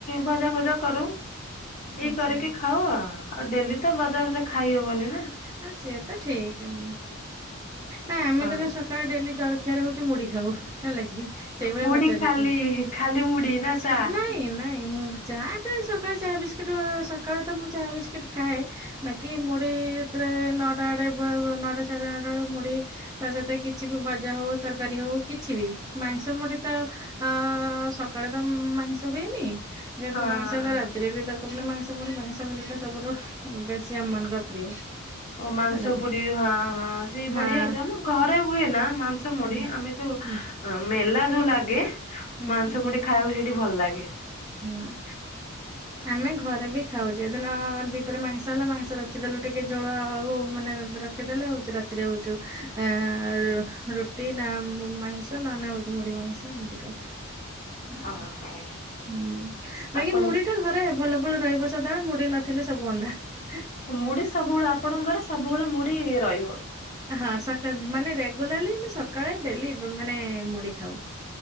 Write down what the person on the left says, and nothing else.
ଭଜା ଫଜା କରୁ ଏଇ
କରିକି ଖାଉ ଆ। ଆଉ ଡେଲି ତ ବଜାରରେ ଖାଇ ହବନି ନା
ହଁ।
ମୁଢି
ଖାଲି ଖାଲି ମୁଢି ନା ଚା
ହଁ
ହଁ।
ଓ ମାଂସ
ପୁଡି ହଁ, ହଁ ସେଇ
ବଢିଆ ଅଛି, ଆମ ଘରେ ହୁଏ ନା ମାଂସ ମୁଢ଼ି,
ଆମେ ଯୋଉ
ମେଲା ଯୋଉ ଲାଗେ
ମାଂସ ମୁଢ଼ି ଖାଇବାକୁ ସେଇଠି ଭଲ ଲାଗେ।
ଅ ହଉ
ଆପଣ
ମୁଢି ସବୁବେଳେ ଆପଣଙ୍କର ଘରେ ସବୁବେଳେ ମୁଢି ରହିବ?